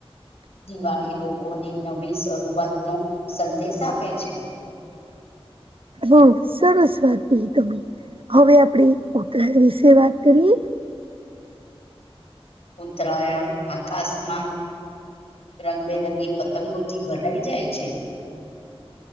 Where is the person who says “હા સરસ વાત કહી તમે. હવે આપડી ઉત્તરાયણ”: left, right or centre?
Right